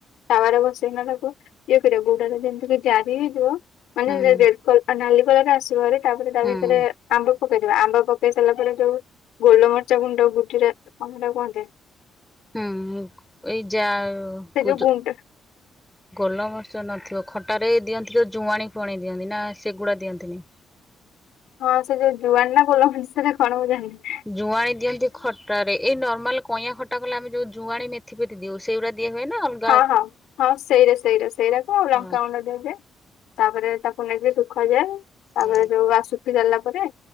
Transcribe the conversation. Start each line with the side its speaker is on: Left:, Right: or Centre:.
Left: ତାୱାରେ ବସେଇକିନା ତାକୁ ଇଏ କରିବା ଗୁଡରେ ଯେମିତିକି ଜାରି ହେଇଯିବ। ମାନେ
Centre: ହୁଁ
Left: ରେ ଯେ କଲ ନାଲି କଲରଟା ଆସିବଭାରି ତାପରେ ତା
Centre: ହୁଁ
Left: ଭିତେରେ। ଆମ୍ବ ପକେଇଦବା ଆମ୍ବ ପକେଇ ସାରିଲା ପରେ ଯୋଉ ଗୋଲମରିଚ ଗୁଣ୍ଡ ଗୁଜୁରା କଣ ହେଟାକୁ କୁହନ୍ତି।
Centre: ହୁଁ ଏଇ ଯାର
Left: ସେ
Centre: କୁଜୁ।
Left: ଯୋଉ ଗୁଣ୍ଡ
Centre: ଗୋଲମରିଚ ନଥିବ ଖଟାରେ ଦିଅନ୍ତି ତ ଜୁଆଣି ଫୁଆଣି ଦିଅନ୍ତି ନା ସେଗୁଡା ଦିଅନ୍ତିନି।
Left: ହଁ ସେ ଯୋଉ ଜୁଆଣି ନାଁ କୋଲମରିଚ ସେଟା କଣ ମୁଁ ଜାଣିନି
Centre: ଜୁଆଣି ଦିଅନ୍ତି ଖଟାରେ ରେ ଏ ନର୍ମାଲ କଇଁଆ ଖଟା କଲେ ଆମେ ଯୋଉ ଜୁଆଣି ମେଥିପେଥି ଦିଅଉ ସେଉରା ଦିଆ ହୁଏ ନାଁ ଅ
Left: ହଁ ହଁ ହଁ ସେଇରା ସେଇରା ସେଇଟାକୁ ଆଉ ଲଙ୍କା
Centre: ହଁ
Left: ଗୁଣ୍ଡ ଦିଆଯାଏ। ତାପରେ ତାକୁ ନେଇକି ଶୁଖାଯାଏ ତାପରେ
Centre: ହଁ।
Left: ଯୋଉ ଆଉ ଶୁଖି ସାରିଲା ପରେ